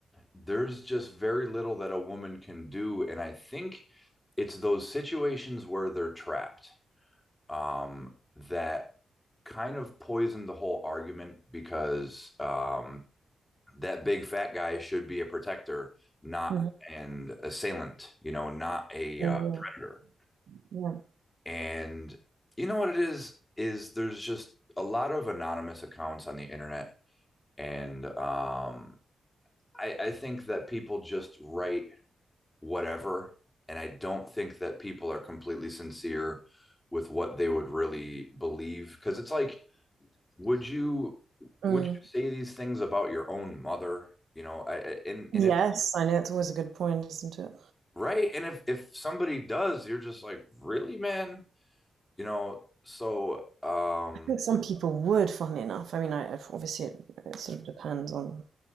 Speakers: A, on the left; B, on the right.
A: there's just very little that a woman can do. And I think it's those situations where they're trapped um, that kind of poisoned the whole argument because um, that big fat guy should be a protector, not
B: Mm-hmm.
A: an assailant, you know, not a
B: Yeah.
A: uh, predator.
B: yeah,
A: And you know what it is is there's just a lot of anonymous accounts on the internet, and um, I, I think that people just write whatever, and I don't think that people are completely sincere with what they would really believe because it's like, would you would
B: yeah. Mm.
A: you say these things about your own mother? You know, I, and and
B: Yes,
A: if
B: I know it's always a good point, isn't it?
A: right and if if somebody does you're just like really man you know so um
B: I think some people would, funnily enough. I mean, I obviously it, it sort of depends on